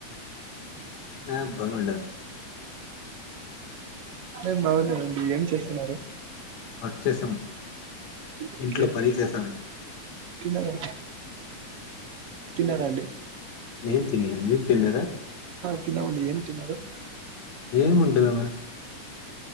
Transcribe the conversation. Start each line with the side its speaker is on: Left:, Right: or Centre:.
Left: ఆ బాగుందం
Right: నేను బాగున్నానండి ఏం చేస్తున్నరు
Left: వర్క్చేసామ
Right: ఓకే.
Left: ఇంట్లో పని చేశానండీ
Right: తిన్నారా తిన్నారా అండి
Left: నేను తిన్నాను మీరు తిన్నారా
Right: తిన్నమండి ఏం తన్నదు
Left: ఏముంటదామ